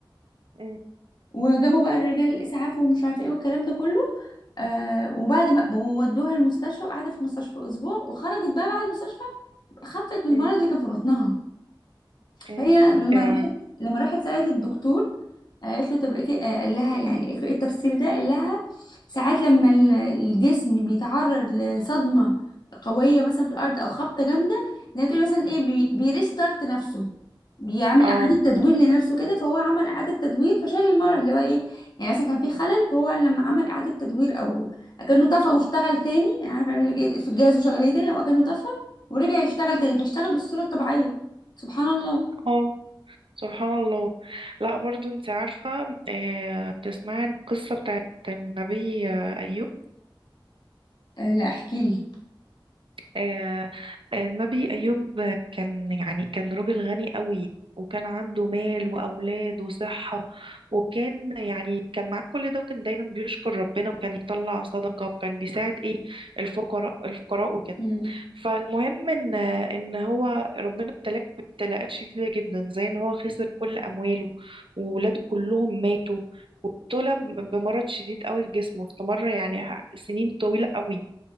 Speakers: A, on the right; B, on the left.
A: أمم،
B: وجابوا بقى الرجال الاسعاف ومش عارفه ايه والكلام ده كله آه وبعد ما ودوها المستشفى وقعدت في المستشفى اسبوع وخرجت بقى بعد المستشفى خفت من المرض
A: أمم،
B: اللي كان في بطنها
A: أمم.
B: فهي لما
A: يا لهوي.
B: راحت لما راحت سألت الدكتور آه، قالت له طب إيه ت- آه، قال لها يعني قالت له ايه التفسير ده قال لها ساعات لما ال- الجسم بيتعرض لصدمة قوية مثلا في الأرض أو خبطة جامدة زي ما بتقولي مثلا ايه بي بيريستارت نفسه بيعمل
A: اه
B: إعادة تدوير لنفسه كده فهو عمل إعادة تدوير فشال المرض اللي هو ايه يعني مثلا كان في خلل فهو لما عمل إعادة تدوير أو أكنه طفى واشتغل تاني يعني عارفة بيعمل إيه في الجهاز وشغليه تاني أو أكنه طفى ورجع يشتغل تاني فاشتغل بالصورة الطبيعية سبحان الله
A: اه سبحان الله لا برضو انت عارفة آه، تسمعي عن القصة بتاعت النبي آه، أيوب
B: أه لا احكي لي
A: آه، آه، النبي أيوب كان يعني كان راجل غني قوي وكان عنده مال وأولاد وصحة وكان يعني كان معاه كل ده وكان دايما بيشكر ربنا وكان يطلع صدقة وكان بيساعد ايه الفقراء الفقراء وكده.
B: أمم.
A: فالمهم ان ان هو ربنا ابتلاه ابتلاءات شديده جدا زي ان هو خسر كل امواله وولاده كلهم ماتوا وابتلى ب- بمرض شديد قوي في جسمه استمر يعني ح- سنين طويله قوي